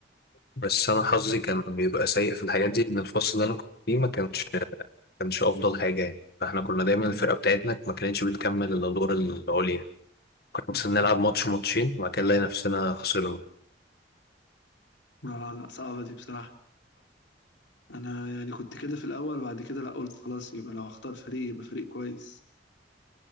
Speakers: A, on the left; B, on the left.
A: بس انا حظي كان بيبقى سيء في الحاجات دي ان الفصل اللي انا كنت فيه ما كانش كانش افضل حاجه يعني فاحنا كنا دايما الفرقه بتاعتنا ما كانتش بتكمل الادوار العليا كنا
B: <laughs>
A: مثلا نلعب ماتش ماتشين وبعد كده نلاقي نفسنا خسرنا
B: لا لا صعبة دي بصراحة انا يعني كنت كده في الاول بعد كده لا قلت خلاص يبقى لو هختار فريق يبقى فريق كويس